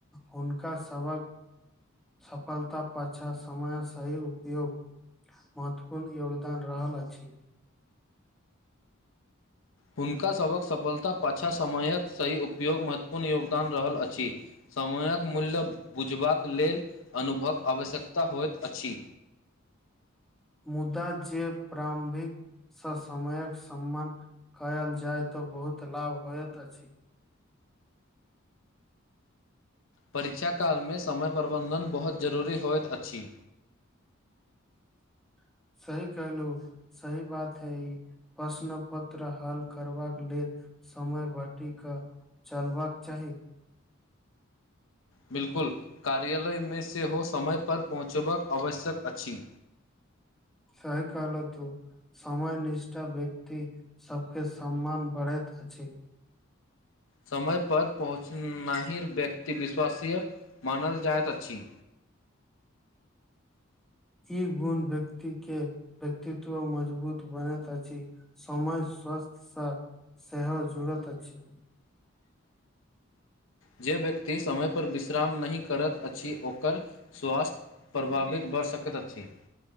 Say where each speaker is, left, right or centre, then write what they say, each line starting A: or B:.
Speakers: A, in the centre; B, on the left (about 70°).
A: हुनका सबक सफलता पाछाँ समय सही उपयोग महत्वपूर्ण योगदान रहल अछि
B: हुनकासभक सफलत पाछाँ समयक सही उपयोग महत्वपूर्ण योगदान रहल अछि समयक मूल्य बुझबाक लेल अनुभव आवश्यकता होइत अछिं
A: मुदा जे प्रारम्भिक सँ समयक सम्मान कयल जाय तऽ बहुत लाभ होइत अछि
B: परीक्षा कालमे समय प्रबन्धन बहुत जरूरी होइत अछि
A: <inaudible> सही कहलो सही बात है ई प्रश्न पत्र हल करबाक लेल समय बाटी का चलबाक चाही
B: बिल्कुल कार्यालय मे सेहो समयपर पहुँचबाक आवश्यक अछि
A: सही कलह तू समय निष्ठा व्यक्ति सबके सम्मान बढ़ैत अछि
B: समय पर पहुँचनाही व्यक्ति विश्वासीय मानल जाइत अछि
A: ई गुण व्यक्ति के व्यक्तित्व मजबूत बनैत अछि समय स सेहो जुड़त अछि
B: जे व्यक्ति समय पर विश्राम नहि करैत अछि ओकर स्वास्थ्य प्रभावित भऽ बढ़ सकत अछि